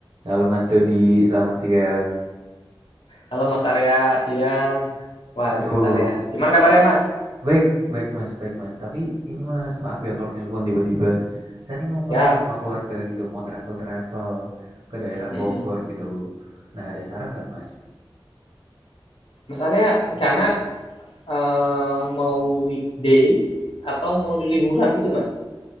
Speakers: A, on the right; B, on the left.
A: Halo Mas Dodi, selamat siang.
B: Halo Mas Arya, siang. Waduh
A: Aduh,
B: Mas Arya, gimana kabarnya Mas?
A: baik, baik Mas, baik Mas. Tapi ini Mas, maaf ya kalau nelpon tiba-tiba. Saya ini mau
B: Siap.
A: main sama keluarga gitu, mau travel-travel ke daerah
B: Mm-mm.
A: Bogor gitu. Nah, ada saran nggak Mas?
B: Mas Arya rencana eh, mau weekdays atau mau di liburan gitu Mas?